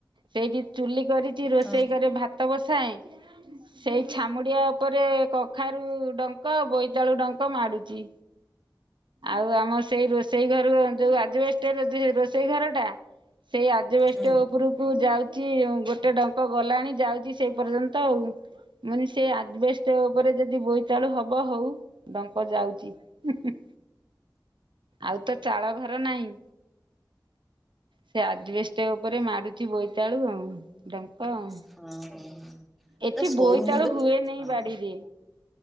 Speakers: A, on the right; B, in the centre.
A: ସେଇଠି ଚୁଲି କରିଛି ରୋଷେଇ
B: ଅ
A: କରି ଭାତ ବସାଏ। ସେଇ ଛାମୁଡିଆ ଉପରେ କଖାରୁ ଡଙ୍କ ବୋଇତାଳୁ ଡଙ୍କ ମାଡୁଛି। ଆଉ ଆମ ସେଇ ରୋଷେଇ ଘର ଯୋଉ ଅଜବେଷ୍ଟ ରୋଷେଇ ଘର ଟା ସେଇ ଆଜବେଷ୍ଟ
B: ହୁଁ
A: ଉପରକୁ ଯାଉଛି ଗୋଟେ ଡଙ୍କ ଗଲାଣି ଯାଉଛି ସେ ପର୍ଯ୍ୟନ୍ତ ଆଉ ମାନେ ସେ ଆଦବସ୍ତ ଉପରେ ଯଦି ବୋଇତାଳୁ ହବ ହଉ। ଡଙ୍କ ଯାଉଛି ହୁଁ ହୁଁ। ଆଉ ତ ଚାଳ ଘର ନାହିଁ। ସେ ଆଜିବଷ୍ଟ ଉପରେ ମାଡୁଛି ବୋଇତାଳୁ ଆଉ ଡଙ୍କ ଆଉ।
B: ହଁ।
A: ଏଠି
B: ଏଟା ଶୋଉନୁ
A: ବୋଇ ତାଳୁ
B: ବେ
A: ହୁଏନି
B: ହଁ
A: ବାଡିରେ।